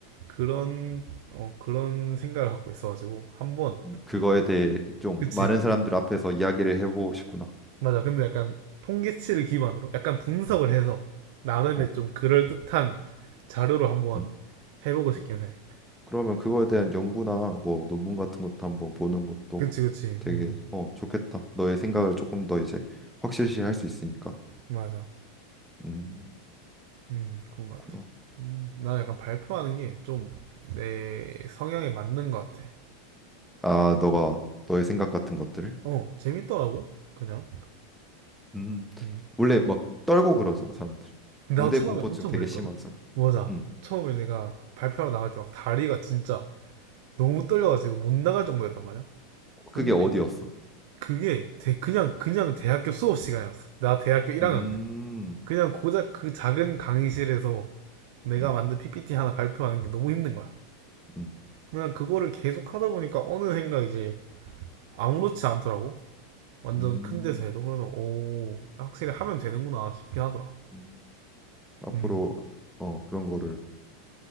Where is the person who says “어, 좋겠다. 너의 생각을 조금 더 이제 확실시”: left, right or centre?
Centre